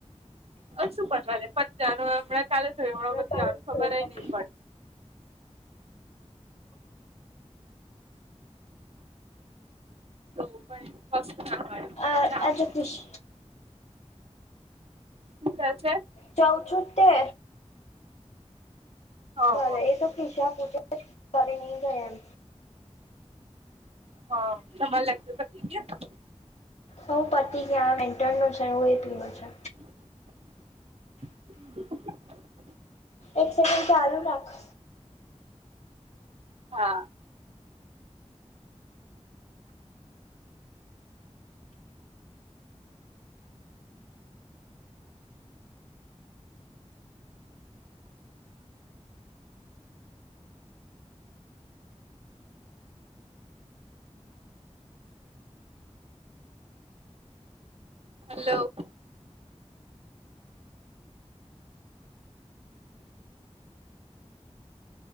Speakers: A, on the right (about 60°); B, on the left (about 70°).
A: પણ શું પતવા લે પણ જાનું હમણાં ચાલે થય હમણાં બધું
B: ચાલુ
A: જવાનું
B: જ
A: ખબરેય
B: થયું.
A: નહિ પડે. તો પણ કશું ના હોય.
B: આ
A: ચાલે
B: આજો કૃશ
A: શું શું કે છે?
B: જઉ છું તે.
A: હ
B: કરે
A: હ
B: એ તો ખીશા ખૂચા ઘરે નહી ગયા એમ.
A: હા તમાર લગતુ તો થી ગ્યા.
B: હઉ પતિ ગ્યા વેન્ટર નું છે હું એ પીવું છે.
A: <unintelligible>
B: એક સેકન્ડ ચાલુ રાખ.
A: હા. હલો.